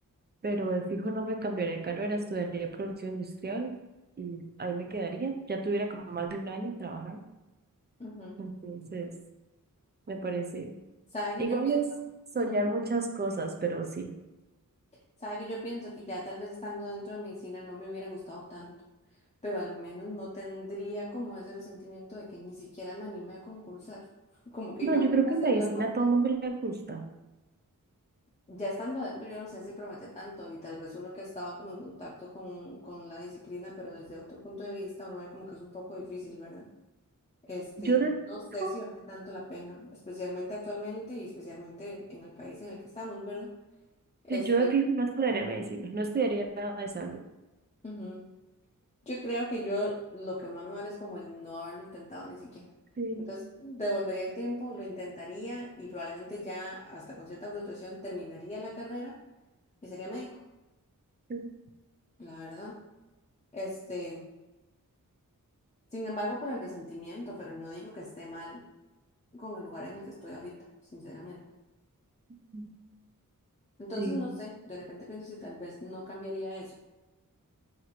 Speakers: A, on the right; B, on the left.
A: pero de fijo no me cambiaría de carrera, estudiaría producción industrial y ahí me quedaría. Ya tuviera como más de un año trabajando,
B: ujú.
A: entonces me parece.
B: ¿Sabe que
A: Igual
B: yo pienso?
A: es soñar
B: Ujú.
A: muchas cosas, pero sí.
B: ¿Sabe que yo pienso que ya tal vez estando dentro de medicina no me hubiera gustado tanto, pero al menos no tendría como ese resentimiento de que ni siquiera me animé a concursar, <laughs> como que
A: No,
B: yo
A: yo
B: misma
A: creo que
B: cerré
A: medicina
B: la puerta.
A: a todo el mundo le gusta.
B: Ya estando dentro, yo no sé si promete tanto y tal vez uno que ha estado como en contacto con, con la disciplina, pero desde otro punto de vista, uno ve como que es un poco difícil, ¿verdad? Este,
A: Yo de
B: no sé
A: fijo,
B: si vale tanto la pena, especialmente actualmente y especialmente en el país en el que estamos, ¿verdad? Este,
A: sí, yo de fijo no estudiaría medicina, no estudiaría nada de salud.
B: ujú. Yo creo que yo lo que más me vale es como el no haberlo intentado ni siquiera.
A: Sí,
B: Entonces, devolvería el tiempo, lo intentaría y probablemente ya hasta con cierta frustración terminaría la carrera y sería médico,
A: sí.
B: la verdad. Este, sin embargo, por el resentimiento, pero no digo que esté mal con el lugar en el que estoy ahorita, sinceramente.
A: sí.
B: Entonces,
A: Sí.
B: no sé, de repente pienso si tal vez no cambiaría eso